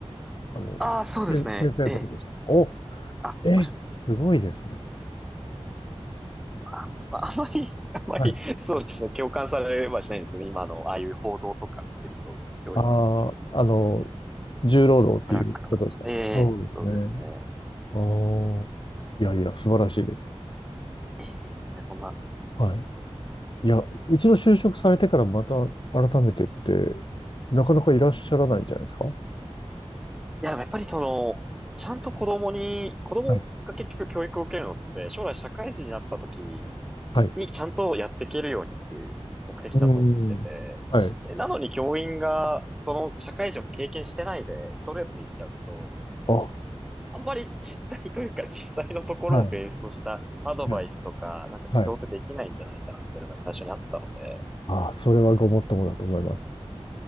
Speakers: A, on the left; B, in the centre.
A: あの、
B: ああ、そうですね。
A: せ先生ってことですかお、
B: ええ。あ、
A: えすごいですね。
B: おっしゃるとおりです。あ、まああまり、あまり、
A: はい。
B: そうですね。共感されはしないんですけど、今のああいう報道とか見てると、教員の
A: ああ、あの、重労働っていうことですかそうですね。
B: ブラックとか。ええ、そうですね。
A: ああ、いやいや、素晴らしいです。
B: ええ、全然そんな、
A: はい。
B: なんですけど。
A: いや、一度就職されてからまた改めてって、なかなかいらっしゃらないんじゃないですかは
B: いや、でもやっぱりその、ちゃんと子供に、子供が結局教育を受けるのって、
A: い
B: 将来社会人になった時
A: はい。
B: にちゃんとやっていけるようにっていう目的だと思ってて、
A: うん。はい。
B: えなのに教員がその社会人を経験してないで、ストレートで言っちゃうと、
A: あ、は
B: あんまり実態というか実際のところをベースとしたアドバイスとか、
A: い。はい。
B: なんか指導ってできないんじゃないかなっていうのが最初にあったので、
A: はい。ああ、それはごもっともだと思います。